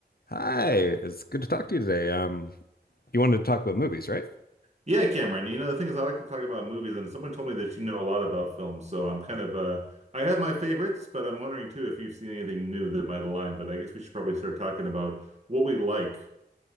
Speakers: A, on the left; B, on the right.
A: Hi, it's good to talk to you today. Um, you wanted to talk about movies, right?
B: Yeah, Cameron. You know, the thing is, I like to talk about movies, and someone told me that you know a lot about films. So I'm kind of, uh, I have my favorites, but I'm wondering too if you've seen anything new that might align. But I guess we should probably start talking about what we like.